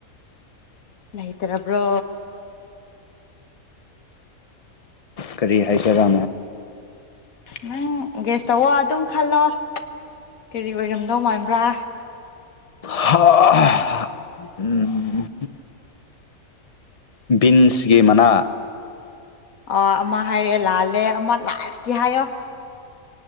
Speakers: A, on the left (about 80°); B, on the left (about 35°).
A: ꯂꯩꯇꯔꯕ꯭ꯔꯣ
B: ꯀꯔꯤ ꯍꯥꯏꯁꯤꯔꯥ
A: ꯅꯪ ꯒꯦꯁ ꯇꯧꯋꯣ ꯑꯗꯨꯝ ꯈꯜꯂꯣ ꯀꯔꯤ ꯑꯣꯏꯔꯝꯗꯧ ꯃꯥꯟꯕ꯭ꯔꯥ
B: ꯍꯥ ꯎꯝ ꯕꯤꯟꯁꯒꯤ ꯃꯅꯥ
A: ꯑ ꯑꯃ ꯍꯥꯏꯔꯛꯌꯦ ꯂꯥꯜꯂꯦ ꯑꯃ ꯂꯥꯁꯀꯤ ꯍꯥꯏꯌꯣ